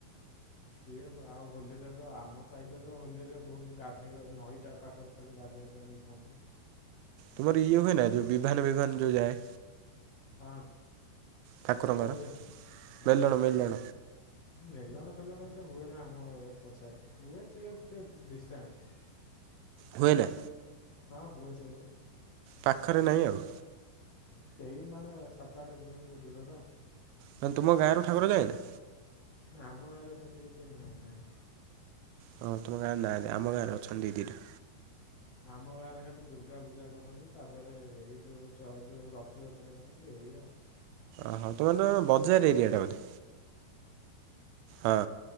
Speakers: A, on the left; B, on the right.
A: ସିଏ ଆଉ ହୋଲିରେ ତ ଆମ ସାଇଡରେ ତ ହୋଲିରେ ବହୁତ ଗାଧୋଇବା ନଈଟା ପାଖ ପାଖରେ ଖାଲି ଗାଧୋଇବା ଯାଆନ୍ତି।
B: ତୁମର ଇଏ ହୁଏ ନା ଯେଉଁ ବିଭାନ ବିଭାନ ଯୋଉ ଯାଏ।
A: ହଁ
B: ଠାକୁରଙ୍କର
A: ହଁ କୋଉଥିରେ ହଁ
B: ମେଲଣ
A: ଠାକୁର
B: ମେଲଣ
A: ମେଲଣ ଫେଲଣ ତ ହୁଏ ନା ଆମ ଏପଟ ସାଇଡ ହୁଏ ସ ଗୋଟେ ଡିଷ୍ଟାନ୍ସ
B: ହୁଏ ନା?
A: ହଁ ହୁଏ ସେ
B: ପାଖରେ ନାହିଁ ଆଉ?
A: ସେଇ ମାନେ ସାତ ଆଠ କିଲୋମିଟର ଦୂରରେ
B: ମାନେ ତୁମ ଗାଁରୁ ଠାକୁର ଯାଏ ନା?
A: ନା ଆମ ଗାରେ ସେମିତି କିଛି ନାହିଁ ନାଇଁ।
B: ହଁ ତମ ଗାଁରେ ନାଁ ଆମ ଗାଁରେ ଅଛନ୍ତି ଦଦିଟା।
A: ଆମ ଗାଁରେ ଖାଲି ଦୁର୍ଗା ପୂଜା କରନ୍ତି ତାପରେ ଏଇ ଯୋଉ ଯୋଉ ରଥଯାତ୍ରା କରନ୍ତି ଏଇ ଆଉ। <inaudible>
B: ଓହ ତୁମର ତ ବଜାର ଏରିଆଟା ବୋଧେ ହଁ।